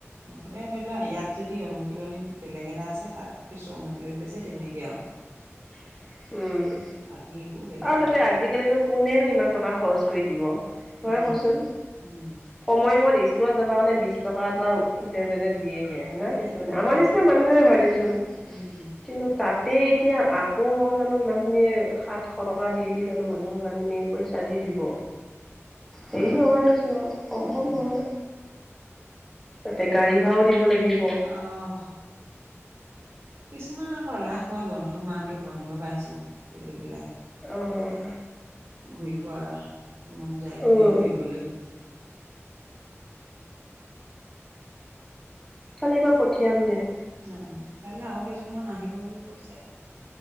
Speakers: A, on the right; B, in the centre.
A: মু সদায় ধৰি লোৱা ইয়াত যদি অনুশীলনী বেলেগ এটা আছে তাত পিছৰ অনুশীলনত আছে তেনেকে আৰু।
B: <inaudible> উম
A: বাকী একো বেলেগ
B: আৰু তাতে
A: নাই।
B: আজিকালিনো কোনেনো ইমান টকা খৰচ কৰি দিব। তই
A: উম,
B: কচোন
A: উম,
B: সময়মত স্কুলত যাব কাৰণে বিশ টকা এটা তে যেনে দিয়েহে হয়না কিছুমানে
A: উম,
B: আমাৰ নিচিনা মানুহে হয় দেচোন।
A: উম,
B: কিন্তু তাতে এতিয়া আকৌ জানো ইমানখিনিয়ে সাত শ টকা দি দি তানো মানুহ মানখিনি পইচা দি দিব হেৰি নহয় দেচোন আৰু। সম্ভৱ
A: উম।
B: নহয়। তাতে গাড়ী ভাড়াও দিব লাগিব।
A: অ' কিছুমানে আকৌ এলাহ কয় বন্ধ মাহটো বন্ধ পাইছোঁ বুলি পেলাই।
B: অ'
A: ঘূৰি ফুৰা মন যায়
B: উম।
A: ঘূৰি ফুৰিবলৈ।
B: কালিৰ পৰা পঠিয়াম দে।
A: ন কাইলৈ আৰু কেইজনমান আহিব বুলি কৈছে।